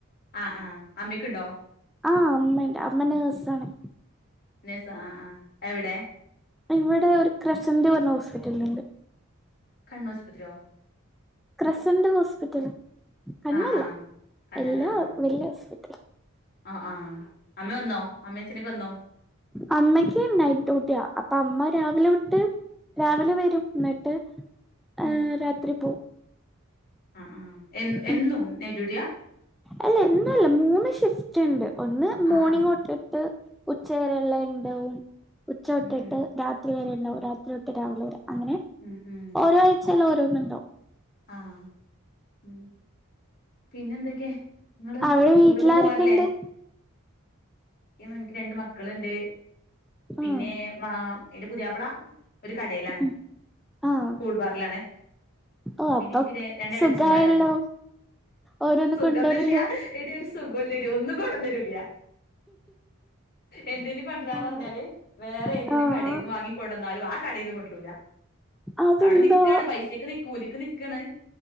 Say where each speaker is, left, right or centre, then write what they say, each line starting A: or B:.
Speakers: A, on the left; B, in the centre.
A: ആഹ് ആഹ് അമ്മയ്ക്കുണ്ടോ
B: ആഹ് അമ്മണ്ട് അമ്മ നേഴ്സാണ്
A: നേഴ്സാ ആഹ് ആഹ് എവ്ടെ
B: ഇവടെ ഒരു ക്രസൻ്റ് പറഞ്ഞ ഹോസ്പിറ്റലിണ്ട്
A: കണ്ണോസ്പത്രിയോ
B: ക്രസന്റ് ഹോസ്പിറ്റൽ കണ്ണല്ല
A: ആഹ് ആഹ് കണ്ണൻ
B: എല്ലാ
A: ആഹ് ആഹ്
B: വല്യ ഹോസ്പിറ്റ
A: ആഹ് ആഹ് അമ്മ വന്നോ അമ്മേം അച്ഛനൊക്കെ വന്നോ
B: അമ്മക്ക് നൈറ്റ് ഡ്യൂട്ടിയാ അപ്പൊ അമ്മ രാവിലെ തൊട്ട് രാവിലെ വരും എന്നിട്ട്
A: ഉം
B: ഏഹ് രാത്രി പോവും
A: ആഹ് ആഹ് എ
B: ഉം
A: എന്നും നൈറ്റ് ഡ്യൂട്ടിയാ
B: അല്ല എന്നുല്ല മൂന്ന് ഷിഫ്റ്റ് ണ്ട് ഒന്ന് മോണിംഗ്
A: ആഹ് ആഹ്
B: തൊ ട്ടിട്ട് ഉച്ചവരെള്ളെ ഇണ്ടാവും ഉച്ചതൊട്ടിട്ട്
A: ഉം ഉം
B: രാത്രി വരെ ഇണ്ടാവും രാത്രി തൊട്ട് രാവിലെ വരെ അങ്ങനെ
A: ഉം ഉം
B: ഓരോ ആഴ്ചേലും ഓരോന്ന് ഇണ്ടാവും
A: ആഹ് ഉം പിന്നെ എന്തൊക്കെ ഇങ്ങള്
B: അവിടെ
A: ടൂറൊക്കെ
B: വീട്ടിലാരൊക്കെ
A: പോവാറില്ലേ
B: ഉണ്ട്
A: തേമാരി എനിക്ക് രണ്ട് മക്കള്ണ്ട് പിന്നേ
B: ആഹ്
A: മാ എന്റെ പുതിയാപ്പള ഒരു കടേലാണ്
B: ഉം ആഹ്
A: കൂൾബാറിലാണ്
B: ഓ
A: പിന്നെ
B: അപ്പൊ
A: എനിക്ക് രണ്ടേളച്ച്ഛൻമാരാണ്
B: സുഖായല്ലോ ഓരോന്ന്
A: സുഖൊന്നുല്ല
B: കൊണ്ടുവരല്ലോ
A: എടീ ഒരു സുഖോലടി ഒന്നും കൊടന്നേരൂല എന്തേലും കൊണ്ടരാൻ
B: ആഹ്
A: പറഞ്ഞാല് വേറെ ഏതേലും
B: ആഹ്
A: കടേന്ന് വാങ്ങി കൊടന്നാലും ആ കടേന്ന് കൊണ്ടരൂല
B: അതെന്തോ
A: അവിടെ നിക്കാണ് പൈസക്ക് നി കൂലിക്ക് നിക്കാണ്